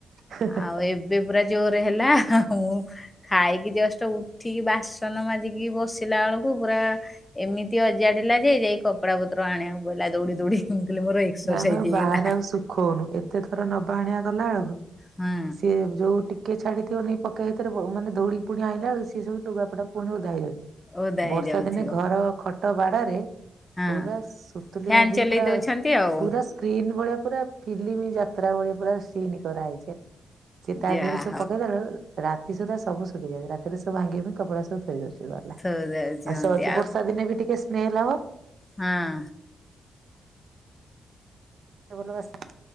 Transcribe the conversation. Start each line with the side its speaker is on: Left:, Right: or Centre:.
Right: ହଉଛି।
Left: ଆଉ ଏ ଏବେ ପୁରା ଜୋରେ ହେଲା। ହା-ହା ଆଉ। ଖାଇକି ଜଷ୍ଟ ଉଠିକି ବାସନ ମାଜିକି ବସିଲା ବେଳକୁ ପୁରା ଏମିତି ଅଜାଡିଲା ଯେ ଯାଇକି କପଡା ପତର ଆଣିବାକୁ ପଇଲା। ଦୌଡି ଦୌଡି ମୁଁ କଇଲି ମୋର ଏକ୍ସରସାଇଜ
Right: ନା ଆମେ ଆଉ
Left: ହେଇଗଲା।
Right: ବାହାରେ ଆଉ ସୁଖଉନୁ। ଏତେ ଥର ନବା ଆଣିଆ କଲା ବେଳକୁ
Left: ହଁ
Right: ସିଏ ଯୋଉ ଟିକେ ଛାଡିଥିବ ନେଇ ପକେଇ ସେଇଥରେ ମାନେ ଧଉଡିକି ପୁଣି ଆଣିଲା ବେଳକୁ ସେ ସବୁ ଲୁଗାପଟା ପୁଣି ଓଦା ହେଇଯାଉଛି।
Left: ଓଦା ହେଇଯାଉଥିବ
Right: ବର୍ଷା ଦିନେ ଘର ଖଟ ବାଡାରେ
Left: ହଁ
Right: ପୁରା ସୁତୁଲି
Left: ଫ୍ୟାନ
Right: ବାନ୍ଧିକି
Left: ଚଲେଇ
Right: ପୁରା
Left: ଦଉଛନ୍ତି ଆଉ
Right: ପୁରା ସ୍କ୍ରିନ୍ ଭଳିଆ ପୁରା ଫିଲ୍ମ ଯାତ୍ରା ଭଳିଆ ପୁରା ସିନି କରାହେଇଛି। ଚିତା
Left: ଯାହା
Right: ଦେହରେ ସବୁ ପକେଇଦେଲେ ରାତି ସୁଦ୍ଧା ସବୁ ଶୁଖିଯାଉଛି। ରା ରେ ସବୁ ଭାଙ୍ଗି କପଡା ସବୁ ଥୋଇ ଦୋଉଛି ଗଲା।
Left: ହଉ ଥୋଇ ଦଉଛନ୍ତି
Right: ଆଉ ସଛି ବର୍ଷା ଦିନେ ବି ଟିକେ ସ୍ମେଲ ହବ।
Left: ହଁ।
Right: ଭଲସ